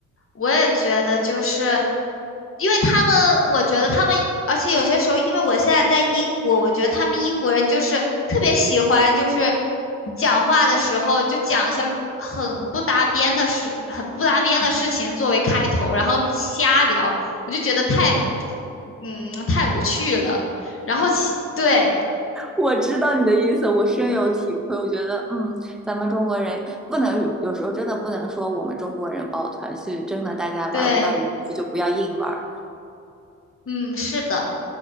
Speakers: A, on the left; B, in the centre.
A: 我也觉得，就是因为他们，我觉得他们，而且有些时候，因为我现在在英国，我觉得他们英国人就是特别喜欢，就是讲话的时候就讲一些很不搭边的事，很不搭边的事情作为开头，然后瞎聊，我就觉得太，嗯，太无趣了。然后其，对
B: 我知道你的意思，我深有体会。
A: 嗯
B: 我觉得，嗯，咱们中国人不能有有时候真的不能说我们中国人抱团是真的，大家玩不到一块去就不要硬玩儿。
A: 对，嗯，是的。